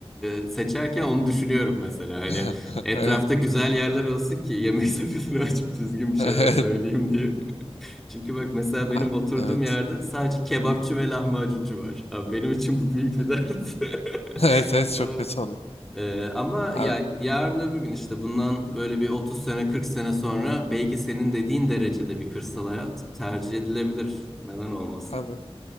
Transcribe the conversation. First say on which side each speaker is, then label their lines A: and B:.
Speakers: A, in the centre; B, on the left.
A: e, seçerken onu düşünüyorum mesela. Hani
B: <laughs>
A: etrafta
B: Evet.
A: güzel yerler olsun ki yemek <laughs> sepetini açıp düzgün bir şeyler
B: <laughs> Evet.
A: söyleyeyim diye. Çünkü bak mesela benim
B: Abi,
A: oturduğum
B: evet.
A: yerde sadece kebapçı ve lahmacuncu var. Abi benim için bu büyük
B: <laughs>
A: bir dert. <laughs>
B: Evet, evet
A: Aa,
B: çok kötü oluyor.
A: Ee, ama
B: Abi,
A: ya yarın öbür gün işte bundan böyle bir 30 sene 40 sene sonra belki senin dediğin derecede bir kırsal hayat tercih edilebilir. Neden olmasın?
B: abi,